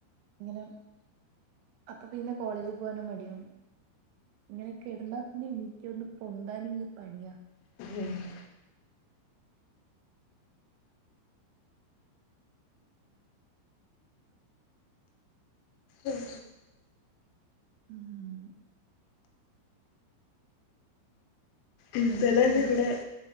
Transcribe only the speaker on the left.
<unintelligible> ഉം.
ഇന്തലെ തന്നെ
ഇവിടെ